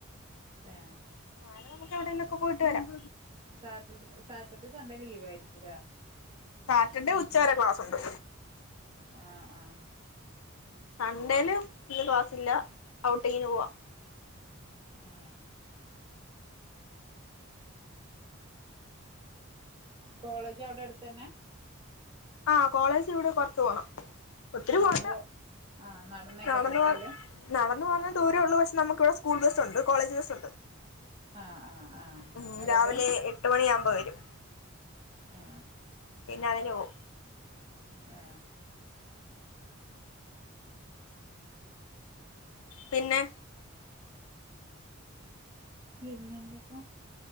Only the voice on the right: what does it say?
ഏഹ്
Saturday Saturday Sunday leave ആയിരിക്കൂലേ.
ആ ആ
ആ കോളേജ് അവിടെ അടുത്തന്നെ.
നടന്ന്
പോ ആഹ് നടന്നേക്കാറല്ലേ
പോവല്
ആഹ് ആഹ് ആഹ്
അങ്ങനെ
പോവല്
ആ
ആ ഉം
പിന്നെ എന്തൊക്ക